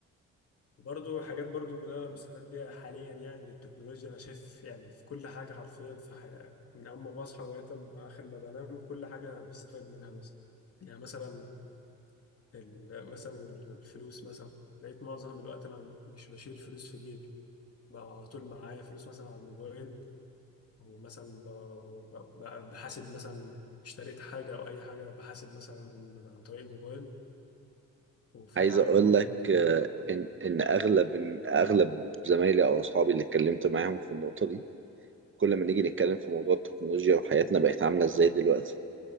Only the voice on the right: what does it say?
عايز
اقول
لك
آه، ان ان اغلب إن اغلب زمايلي او اصحابي اللي اتكلمت معاهم في النقطه دي كل ما نيجي نتكلم في موضوع التكنولوجيا وحياتنا بقت عامله ازاي دلوقتي